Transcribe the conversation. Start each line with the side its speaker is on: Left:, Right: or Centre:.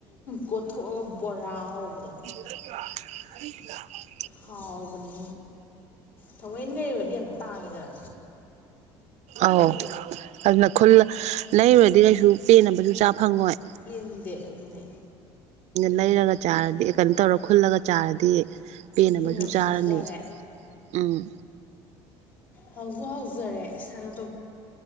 Left: ꯀꯣꯊꯣꯛꯑꯒ ꯕꯣꯔꯥ ꯍꯧꯕꯗꯣ
Right: <inaudible>
Left: ꯍꯥꯎꯕꯅꯤ ꯊꯑꯣꯏꯅ ꯂꯩꯗꯤ ꯌꯥꯝ ꯇꯥꯡꯉꯤꯗꯅ
Right: ꯑꯥꯎ ꯑꯗꯨꯅ ꯈꯨꯜ ꯂꯩꯔꯨꯔꯗꯤ ꯀꯩꯁꯨ ꯄꯦꯟꯅꯕꯁꯨ ꯆꯥ ꯐꯪꯉꯣꯏ
Left: ꯌꯦꯟꯗꯦ ꯑꯗꯨꯅꯦ
Right: ꯂꯩꯔꯒ ꯆꯥꯔꯗꯤ ꯀꯩꯅꯣ ꯇꯧꯔ ꯈꯨꯜꯂꯒ ꯆꯥꯔꯗꯤ ꯄꯦꯟꯅꯕꯁꯨ
Left: ꯄꯦꯟꯅꯁꯨ
Right: ꯆꯥꯔꯅꯤ
Left: ꯆꯥꯖꯔꯦ
Right: ꯎꯝ
Left: ꯍꯧꯁꯨꯣ ꯍꯧꯖꯔꯦ ꯏꯁꯅ